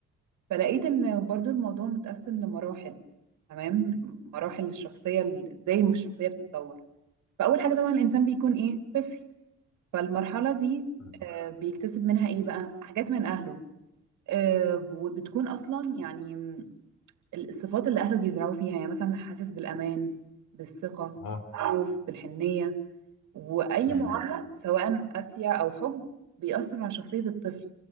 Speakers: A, on the right; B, on the left.
A: فلقيت ان برضو الموضوع متقسم لمراحل تمام مراحل الشخصية ال- ازاي الشخصية بتتطور فاول حاجة طبعا الانسان بيكون ايه طفل فالمرحلة دي
B: مم.
A: آه، بيكتسب منها ايه بقى حاجات من اهله آه، وبتكون اصلا يعني م- الصفات اللي اهله بيزرعوا فيها يعني مثلا حاسس بالامان بالثقة
B: اه
A: بالخوف بالحنية واي
B: امم
A: معامله سواء قاسيه او حب بيأثر على شخصيه الطفل